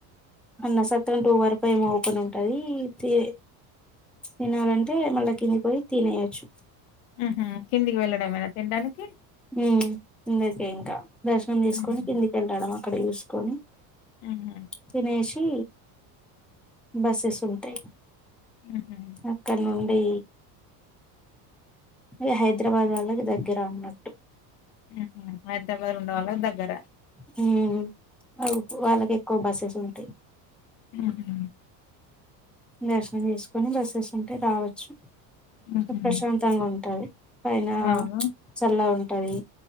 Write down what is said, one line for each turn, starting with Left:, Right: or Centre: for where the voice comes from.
Centre: అన్న సత్రం టూ వరకు ఏమో ఓపెన్ ఉంటది తి తినాలంటే మళ్ళా కిందికి పోయి తినేయచ్చు
Left: హ్మ కిందికి వెళ్డంమేన తినడానికి
Centre: హ్మ్ కిందికే ఇంకా దర్శనం చేసుకొని
Left: హుహు.
Centre: కిందికి వెళ్ళాడమా అక్కడ చూసుకొని
Left: హుహు.
Centre: తినేసి బస్సెస్ ఉంటాయ్
Left: హుహు.
Centre: అక్కడ నున్ బే అది హైదరాబాద్ వాళ్ళకి దగ్గర అన్నట్టు
Left: హ్మ్ హ్మ హైదరాబాద్ ఉండవలకి దగ్గర
Centre: హ్మ వాళ్ళకి ఎక్కువ బస్సెస్ ఉంటాయి
Left: హుహు.
Centre: దర్శనం చేసుకోని బస్సెస్ ఉంటే రావచ్చు
Left: హుహు.
Centre: ప్రశాంతంగా ఉంటది పైన
Left: అవును.
Centre: చల్లగా ఉంటది